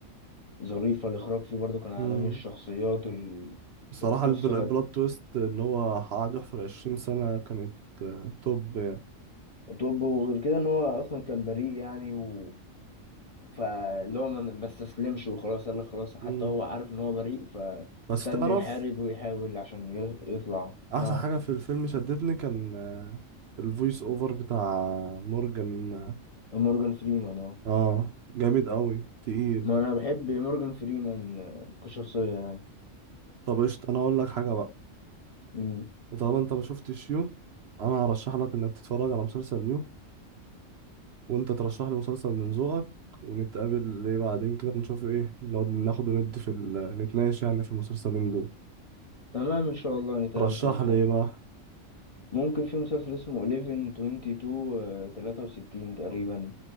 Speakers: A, on the left; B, on the right.
A: ظريفه الاخراج فيه برضه كان عالمي
B: مم.
A: الشخصيات ال...
B: بصراحة
A: القصه
B: البل- البلوت
A: كانت
B: تويست اللي هو قعد يحفر عشرين سنة كانت آه، توب يعني
A: طب وغير كده ان هو اصلا كان بريء يعني و... فاللي هو ما ما استسلمش وخلاص قال لك خلاص حتى
B: مم.
A: هو عارف ان هو بريء ف ابتدى
B: بس تعرف
A: انه يحارب ويحاول عشان ي- يطلع
B: أحسن
A: نعم
B: حاجة في الفيلم شدتني كان آه، الفويس أوفر بتاع مورجان
A: مورجان فريمان اه
B: اه جامد قوي تقيل
A: ما انا بحب مورجان فريمان آه، كشخصية يعني
B: طب قشطة انا اقول لك حاجة بقى
A: مم.
B: طالما انت ما شفتش يو انا هرشح لك انك تتفرج على مسلسل يو وانت ترشح لي مسلسل من ذوقك ونتقابل ليه بعدين كده نشوف ايه لو ناخد وندي في ال... نتناقش يعني في المسلسلين دول
A: تمام ان شاء الله نتقابل
B: ترشح
A: كده في
B: لي
A: مرة
B: ايه بقى
A: ممكن في مسلسل اسمه 11 22 وستين تقريبا